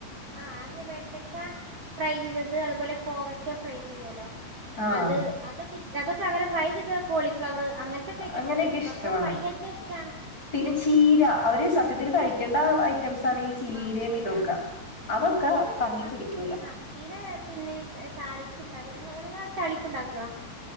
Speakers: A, on the right (about 40°); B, on the left (about 20°).
A: ആഹ് അങ്ങനെ വെണ്ടക്ക ഫ്രൈ ചെയ്തത് അതുപോലെ കോവക്ക ഫ്രൈ ചെയ്യുവല്ലോ
B: ആഹ്
A: അത് അതൊക്കെ ഇഷ് അതൊക്കെ അവരെ ട്രൈ ചെയ്ത കോളിഫ്ലവർ അങ്ങനത്തെക്കെ ഐറ്റംസ്
B: അങ്ങനെയൊക്കെ
A: കഴിക്കും
B: ഇഷ്ടമാണ്
A: അതൊക്കെ ഫ്രൈ ആക്കിയ ഇഷ്ടാണ്
B: പിന്നെ ചീര അവര് സത്യത്തി കഴിക്കേണ്ട ഐറ്റംസ് ആണ് ഈ ചീരയും
A: ആ ചീര
B: ഇതൊക്കെ
A: ആ
B: അതൊക്കെ
A: ചീരക്കെ
B: കണ്ണി
A: ആ
B: പിടിക്കൂല
A: ആ ചീര പിന്നെ താളിപ്പ് ഉണ്ടാവ നിങ്ങ താളിപ്പ് ഉണ്ടാക്കുവാ